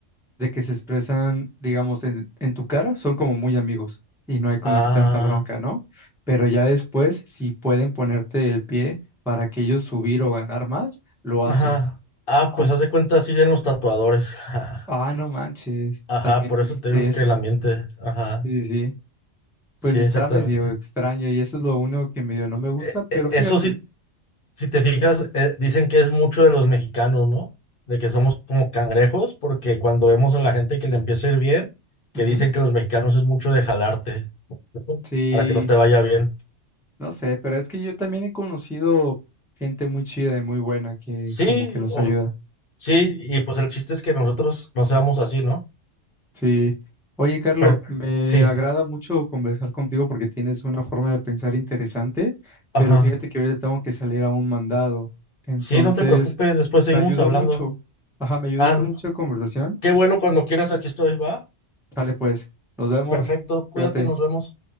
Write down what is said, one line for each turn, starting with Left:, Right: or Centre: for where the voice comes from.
Centre: de que se expresan, digamos, en, en tu cara, son como muy amigos y no hay como
Left: Ah.
Centre: que tanta Ah, bronca, ¿no? Pero ya después, si pueden ponerte el pie para que ellos subir o ganar más, lo
Left: Ajá.
Centre: hacen.
Left: Ah,
Centre: Aun-
Left: pues haz de cuenta, así en los tatuadores. <laughs>
Centre: ah, no manches,
Left: Ajá,
Centre: también
Left: por
Centre: viviste
Left: eso te digo
Centre: eso.
Left: que el ambiente. Ajá,
Centre: Sí, sí. sí.
Left: sí,
Centre: Pues está
Left: exactamente.
Centre: medio extraño y eso es lo único que medio no me gusta,
Left: E-
Centre: pero
Left: e- Eso
Centre: fíjate.
Left: sí, si te fijas, eh, dicen que es mucho de los mexicanos, ¿no? De que somos como cangrejos, porque cuando vemos a la gente que le empieza a ir bien, que
Centre: ujú,
Left: dicen que los mexicanos es mucho de jalarte, ¿no?
Centre: Sí,
Left: Para que no te vaya bien.
Centre: no sé, pero es que yo también he conocido gente muy chida y muy buena que
Left: Sí,
Centre: como que nos
Left: o,
Centre: ayuda.
Left: sí, y pues el chiste es que nosotros no seamos así, ¿no?
Centre: Sí. Oye, Carlos,
Left: Pero
Centre: me
Left: sí,
Centre: agrada mucho conversar contigo porque tienes una forma de pensar interesante, pero
Left: ajá.
Centre: fíjate que ahorita tengo que salir a un mandado. Entonces,
Left: Sí, no te preocupes, después seguimos
Centre: me ayudó
Left: hablando.
Centre: mucho. Ajá, me ayudó
Left: Ah,
Centre: esto mucho la conversación.
Left: Qué bueno, cuando quieras, aquí estoy, va.
Centre: Dale, pues, nos vemos.
Left: Perfecto, cuídate,
Centre: Cuídate.
Left: nos vemos.